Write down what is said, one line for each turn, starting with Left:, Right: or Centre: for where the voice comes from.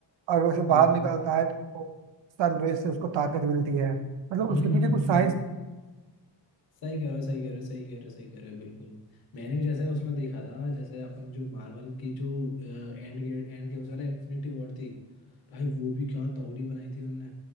Right: और वैसे बाहर
Left: हाँ हाँ
Right: निकलता है तो सनरेज से उसको ताकत मिलती है मतलब
Left: हम्म
Right: उसके पीछे
Left: हम्म
Right: कुछ
Left: हम्म
Right: साइंस
Left: हम्म। सही कह रहे हो सही कह रहे हो सही कह रहे हो सही कह रहे हो बिल्कुल मैंने भी जैसे उसमें देखा था जैसे अपनी जो मार्वल की जो एंड गेट एंड गेम्स वाला इन्फिनिटी वॉर थी भाई वो भी क्या तगड़ी बनाई थी उनने